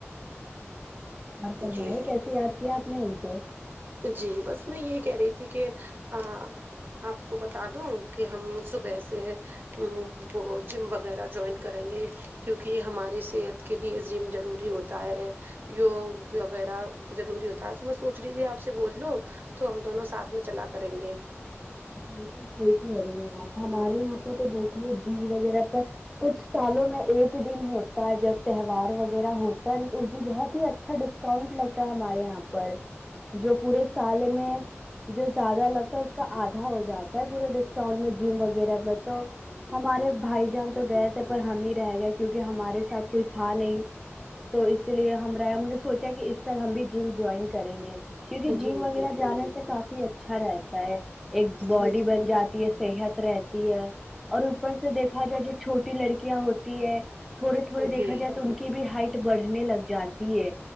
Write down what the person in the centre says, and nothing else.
اور فرمائیے
کیسے یاد کیا آپ نے ان کو
بالکل صحیح کہہ رہی ہیں آپ ہمارے یہاں پے تو دیکھیے جیم وغیرہ کا کچھ سالوں میں ایک دن ہے تا جگ تہوار وغیرہ ہوتا ہے نہ تو اس دن بہت ہی اچھا ڈسکاؤنٹ لگتا ہے ہمارے یہاں پر جو پورے سال میں جو زیادہ لگتا ہے اس کا آد ھا ہو جاتا ہے پورے ڈسکاؤنٹ میں جیم وغیرہ میں تو ہمارے بھائی جان تو گئے تھے پر ہم ہی رہ گئے کیونکہ ہمارے ساتھ کوئی تھا نہیں تو اس لیے ہم رہنگے سوچا کہ اس سال ہم بھی جیم جوئن کریں گے کیونکہ جیم
وغیرہ
جانے سے کافی اچھا رہتا ہے ایک باڈی
بن جات تی ہے صحت رہتی ہے اور اوپر سے دیکھا جائے جو چھوٹی لڑکیاں ہوتی ہے تھوڑے تھوڑے دیکھا
جائے تو ان کی بھی ہائٹ بڑھنے لگ جاتی ہے